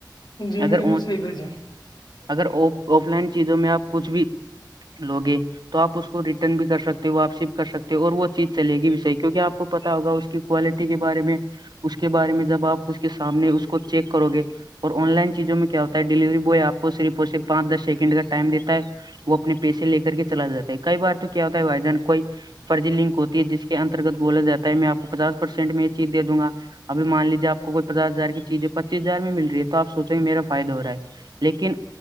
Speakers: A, on the left; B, on the right.
A: جی
B: اگر
A: بالکل صحیح بجے
B: اگر آف لائن چیزوں میں آپ کچھ بھی لوگے تو آپ اس کو ریٹرن بھی کر سکتے ہو واپسی بھی کر سکتے ہو اور وہ چیز چلے گی بھی صحیح کیونکہ آپ کو پتا ہوگا اس کی کوالٹی کے بارے میں اس کے بارے میں جب آپ اس کے سامنے اس کو چیک کرو گے اور آن لائن چیزوں میں کیا ہوتا ہے ڈلیوری بوائے آپ کو صرف اور صرف پانچ دس سیکنڈ کا ٹائم دیتا ہے وہ اپنے پیسے لے کر کے چلا جاتا ہے کئی بار تو کیا ہوتا ہے بھائی جان کوئی فرضی لنک ہوتی ہے جس کے انترگت بولا جات ہے میں آپ کو پچاس پرسینٹ میں یہ چیز دوں گا اب مان لیجیے آپ کوئی پچس ہزار کی چیزیں پچیس ہار میں مل رہی ہے تو آپ سوچیں گے میرا فائدہ ہو رہا ہے لیکن